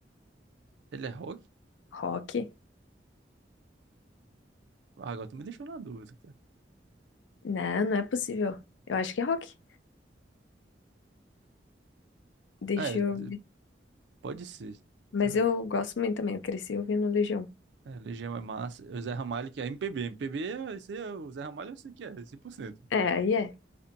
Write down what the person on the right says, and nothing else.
Ele é rock?
Ah, agora tu me deixou na dúvida, cara.
É,
d-
pode ser,
tá?
É, Legião é massa. É O Zé Ramalho que é MPB, MPB, é- esse é, o Zé Ramalho eu sei que é, 100%.